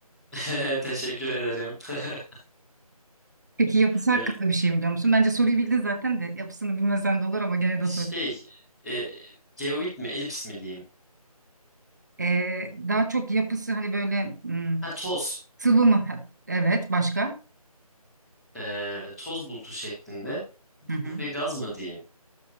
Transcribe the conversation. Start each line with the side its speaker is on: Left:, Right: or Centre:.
Centre: <laughs> Teşekkür ederim. <laughs>
Right: Peki yapısı hakkında
Centre: Ya
Right: bir şey biliyor musun? Bence soruyu bildin zaten de yapısını bilmesen de olur ama gene
Centre: Şey,
Right: de sorayım.
Centre: e, geoid mi, elips mi diyeyim?
Right: Ee, daha çok yapısı hani böyle hmm,
Centre: Ha toz.
Right: sıvı mı? Ha, Evet, başka?
Centre: E, toz bulutu şeklinde
Right: Hı hı.
Centre: ve gaz mı diyeyim?